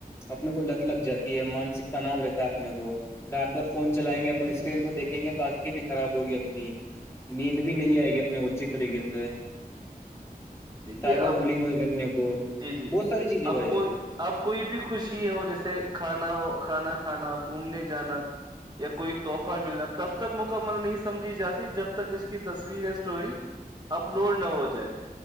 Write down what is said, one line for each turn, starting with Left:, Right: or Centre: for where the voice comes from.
Left: اپنے کو لت لگ جاتی ہے مانسک تناؤ رہتا ہے اپنے کو رات بھر فون چلائیں گے اپنے اسکرین کو دیکھیں گے تو آنکھیں بھی خراب ہوگی اپنی نیند بھی نہیں آئے گی اپنے کو اچھی طریقے سے
Right: دیکھیے
Left: سائبر
Right: اب
Left: بلنگ ہوئے گی اپنے کو
Right: جی جی
Left: بہت ساری چیزیں
Right: اب
Left: بھائی جان
Right: کوئی اب کوئی بھی خوشی ہو جیسے کھانا ہو کھانا کھانا گھومنے جانا یا کوئی تحفہ ملنا تب تک مکمل نہیں سمجھی جاتی جب تک اس کی تصویر ہے اسٹوری اپلوڈ نہ ہو جائے